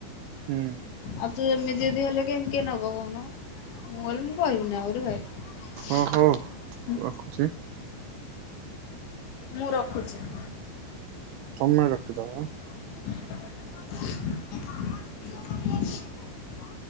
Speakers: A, on the right (about 80°); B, on the left (about 80°).
A: ହୁଁ।
B: ଆଉ ତୁ ଏମିତି ଯଦି ହେଲେ କେମତି ନବ କହୁନ, ମୁଁ କହିଲି ମୁଁ କହିବିନି ଆଉ <unintelligible> ହୁଁ,
A: ଓ ହଉ ରଖୁଛି
B: ମୁଁ ର ଖୁଛୁ
A: ତୋମେ ରଖିଦବ।
B: <inaudible>